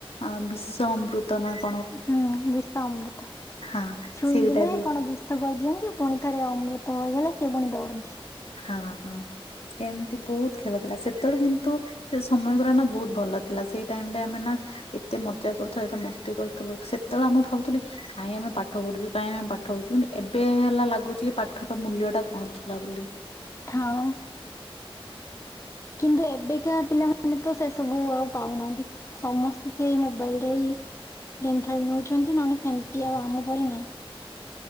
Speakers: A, on the left; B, on the left.
A: ଅ ବିଶ୍ୱ ଅମୃତ ନଥ
B: ହୁଁ ବିଷ ଅମୃତ।
A: ହଁ
B: ଛୁଇଁଦେଲେ
A: ସେଇଟା
B: କଣ ବି କହିଦିଅନ୍ତି ପୁଣି ଥରେ ଅମୃତ ହୋଇଗଲେ ସେ ପୁଣି ଦୌଡ଼ନ୍ତି।
A: ହଁ ହଁ। ଏମିତି ବହୁତ ଖେଳ ଥିଲା, ସେତେବେଳେ କିନ୍ତୁ ସେ ସମୟ ଗୁରାନା ବହୁତ ଭଲ ଥିଲା। ସେ ଟାଇମ ରେ ଆମେ ନା ଏତେ ମଜା କରୁଥିଲୁ, ଏତେ ମସ୍ତି କରୁଥିଲୁ, ସେତେବେଳେ ଆ ମୁଁ ଭାବୁଥିଲୁ କାଇଁ ଆମେ ପାଠ ପଢୁଛୁ, କାଇହିଁ ଆମେ ପାଠ ପଢୁଛୁ, କିନ୍ତୁ ଏବେ ହେଲା ଲାଗୁଛି କି ପାଠର ମୂଲ୍ୟ ଟା କଣ ଥିଲା ବୋଲି।
B: ହଁ। କିନ୍ତୁ ଏବେକା ପିଲାମାନେ ତ ସେ ସବୁ ଆଉ ପାଉନାହାନ୍ତି। ସମସ୍ତେ ସେଇ ମୋବାଇଲରେ ଗେମ୍ ଖେଳି ନଉଛନ୍ତି ନହେଲେ ସେମତି ଆଉ ଆମ ପରି ନାହିଁ।